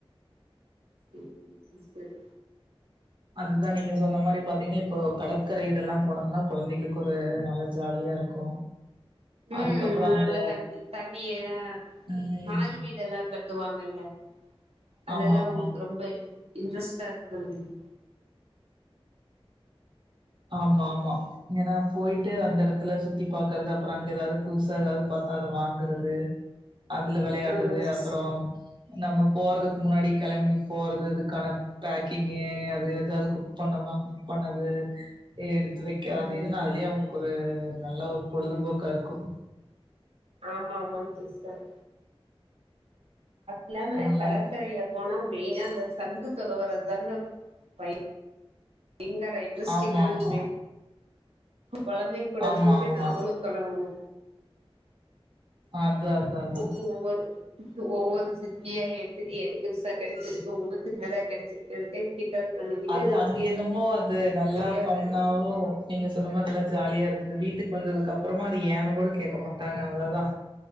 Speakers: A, on the right (about 85°); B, on the right (about 55°).
A: ம் சிஸ்டர்
B: அதுதா நீங்க சொன்ன மாரி பாத்தீங்க இப்போ கடற்கரை இதெல்லா போனோம்னா கொழந்தைகளுக்கு ஒரு நல்ல ஜாலியா இருக்கு
A: ம்
B: அதுக்கப்புறோ அங்க
A: நல்ல தண்ணி தண்ணி எல்லா
B: ம்
A: மணல் வீடெல்லா கட்டுவாங்கல்ல அதெல்லா
B: ஆமா ஆமா
A: உங்களுக்கு ரொம்ப இன்ட்ரெஸ்ட்டா இருக்கு இல்லையா
B: ஆமா ஆமா ஏனா போயிட்டு அந்த எடத்துல சுத்தி பாக்குறது அப்றோ அங்க எதாது புதுசா எதாது பாத்தா அத வாங்குறது அதுல வெளையாட்றது
A: ஆமாங் சிஸ்
B: அப்றோ நம்ம போறதுக்கு முன்னாடி கெளம்பி போறது இதுக்கான பேக்கிங்கே அது எதாது குக் பண்ணோம்னா குக் பண்ணது எடுத்து வெக்க
A: ஆமா
B: அது இதுனு அதுலேயே அவுங்க ஒரு நல்ல ஒரு பொழுதுபோக்கா இருக்கு
A: ஆமா ஆமாங்க சிஸ்டர் எல்லாம
B: நல்லா
A: கடற்கரையில
B: இருக்கு
A: போனா மெயினா அந்த சங்கு தொளாவரது தாங்க பை பயங்கர இன்ட்ரெஸ்ட்டிங்கான
B: ஆமா ஆமா
A: கேம்மே கொழந்தைங் கூட
B: ஆமா
A: சேந்துட்டு
B: ஆமா
A: நாங்களு தொளாவுவோ
B: அதா அதா அதா
A: ஓவ்வொர் ஒவ்வொரு சிப்பியா எடுத்துட்டே இரு பெருசா கெடச்சுருக்கு உனக்கு சின்னதா கெடச்சிருக்குன்ட்டு கிண்டல் பண்ணிக்கிட்டு
B: அது அங்க என்னமோ அது நல்லா
A: ஜாலியா வெளாடிட்ருப்போ
B: பண்ணாவோ நீங்க சொன்னமாரி நல்லா ஜாலியா இருந்தது வீட்டுக்கு வந்ததுக்கு அப்றோ சும்மா அது ஏன்னு கூட கேட்க மாட்டாங்க அவ்ளோதா